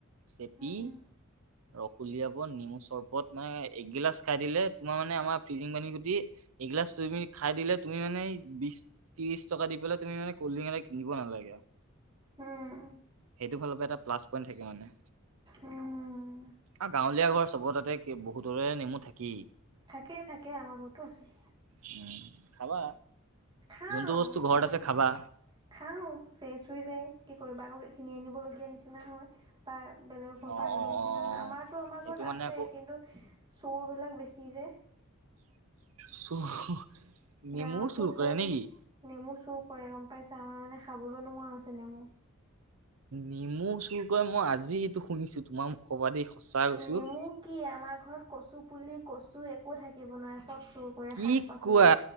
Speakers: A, on the right (about 75°); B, on the right (about 20°).
A: চেপি
B: উম
A: ৰস উলিয়াব নেমু চৰ্বত মানে এগিলাচ খাই দিলে তোমাৰ মানে আমাৰ ফ্ৰিজিং পানী গুটি এইগিলাছ তুমি খাই দিলে তুমি মানে বি ত্ৰিশ টকা দি পেলাই তুমি মানে কল্ড ড্ৰিংক এটা কিনিব নালাগে।
B: উম
A: সেইটো ফালৰ পৰা এটা্লাছ পইণ্টাকে মানে।
B: উম উম
A: আৰু গাঁৱলীয়া ঘৰ চ'ব তাতে বহুতৰে নেমু থাকি।
B: থাকেই থাকে আমাৰ ঘৰতো আছে।
A: উম, খাবা
B: খাওঁ
A: যোনটোু বস্তু ঘৰত
B: তেওঁ
A: আছে খাবা।
B: খাওঁ চে চুই যায় কি কৰিবা আকৌ এইখিনি আনিবলগীয়া নিচিনা হয়। বা বেলেগৰ ঘৰ
A: অ',
B: পৰা আনিব
A: অ',
B: নিচিনা
A: অ', অ',
B: আমাৰতো আমাৰ
A: এইটো
B: ঘৰত
A: মানে
B: আছেই
A: আকৌ
B: কিন্তু চৰবিলাক বেছি যে।
A: চুৰ নেমু
B: গাঁৱততো
A: চুৰ
B: চোৰ
A: কৰে
B: থাক
A: নেকি?
B: নেমু চুৰ কৰে গম পাইছে আমাৰ মানে খাবলৈও নোহোৱা হৈছে নেমু।
A: নেমু চুৰ কৰে মই আজি এইটো শুনিছো তোমাৰ মুখৰ পৰা দে সঁচাই কৈছো।
B: নেমু কি আমাৰ ঘৰত কচু পুলি কচু একো থাকিব নোৱাৰে চব চুৰ কৰে
A: কি
B: শাক পাচলি।
A: কোৱা